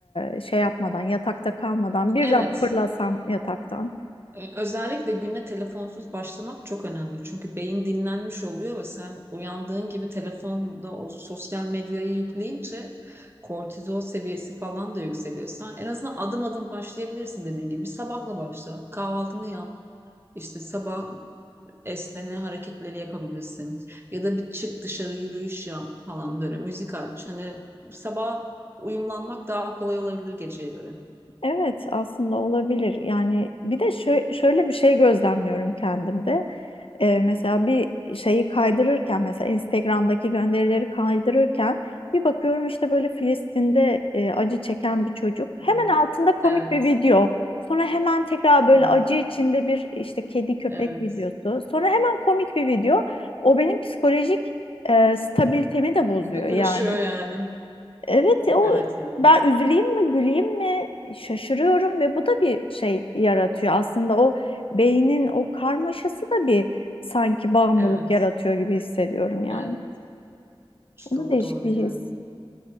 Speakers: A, on the left; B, on the right.
A: e, şey yapmadan yatakta kalmadan birden
B: Evet,
A: fırlasam yataktan.
B: ö- özellikle güne telefonsuz başlamak çok önemli. Çünkü beyin dinlenmiş oluyor ve sen uyandığın gibi telefonda o sosyal medyayı yükleyince kortizol seviyesi falan da yükseliyor. Sen en azından adım adım başlayabilirsin dediğin gibi. Bir sabahla başla, kahvaltını yap. İşte sabah esneme hareketleri yapabilirsin. Ya da bir çık dışarı yürüyüş yap falan böyle. Müzik aç. Hani sabah uyumlanmak daha kolay olabilir geceye göre.
A: Evet aslında olabilir. Yani bir de şö- şöyle bir şey gözlemliyorum kendimde. Ee, mesela bir şeyi kaydırırken mesela Instagram'daki gönderileri kaydırırken bir bakıyorum işte böyle Filistin'de e, acı çeken bir çocuk. Hemen
B: Wow.
A: altında komik
B: Evet.
A: bir video. Sonra hemen tekrar böyle
B: Evet.
A: acı içinde bir işte kedi köpek
B: Evet.
A: videosu. Sonra hemen komik bir video. O benim psikolojik e, stabilitemi de bozuyor
B: İpi karışıyor
A: yani.
B: yani.
A: Evet e, o
B: Evet ya.
A: ben üzüleyim mi güleyim mi şaşırıyorum ve bu da bir şey yaratıyor. Aslında o beynin o karmaşası da bir sanki bağımlılık
B: Evet,
A: yaratıyor gibi hissediyorum yani.
B: evet. Çok
A: O da değişik
B: doğru
A: bir
B: yani.
A: his.